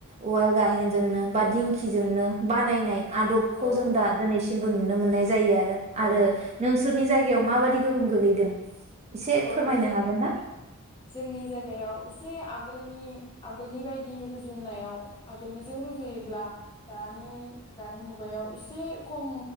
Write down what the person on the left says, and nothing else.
औ
औ
औ
जों
जोंनि जायगायाव एसे आग गोलनि आगोलनि बायदि रुजुनायाव आगोलनिजों रुजुयोब्ला दानि दानि मुगायाव एसे खम